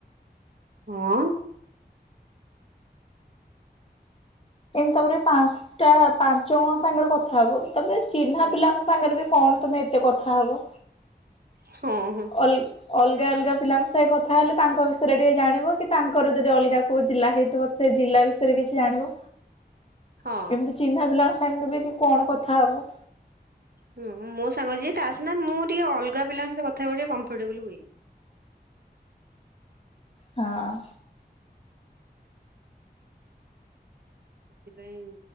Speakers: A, on the right; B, on the left.
A: ହଁ।
B: ଏମିତି ତାପରେ ପାଞ୍ଚଟା ପାଞ୍ଚ ଜଣଙ୍କ ସାଙ୍ଗରେ କଥା ହବ ତାପରେ ଚିହ୍ନା
A: ହଁ
B: ପିଲାଙ୍କ ସାଙ୍ଗରେ କଣ ତମେ ଏତେ କଥା ହବ?
A: ହଁ ହଁ।
B: ଅଲ ଅଲଗା ଅଲଗା ପିଲାଙ୍କ ସହ କଥା ହେଲେ ତାଙ୍କ ବିଷୟରେ ଟିକେ ଜାଣିବ କି ତାଙ୍କ ଯଦି ଅଲଗା କୋଉ ଜିଲ୍ଲା ହେଇଥିବ ସେ ଜିଲ୍ଲା ବିଷୟରେ କିଛି ଜାଣିବ।
A: ହଁ
B: ଏମିତି ଚିହ୍ନା ପିଲାଙ୍କ ସାଙ୍ଗରେ ବି କଣ କଥା ହବ?
A: ହୁଁ ମୋ ସାଙ୍ଗ ଯିଏ ତା ସିନା ମୁଁ ଟିକେ ଅଲଗା ପିଲାଙ୍କ ସହିତ କଥା ହେବାକୁ ଟିକେ କମ୍ପେ ଟେବୁଲ୍ ହୁଏ।
B: ହଁ।
A: ସେଥିପାଇଁ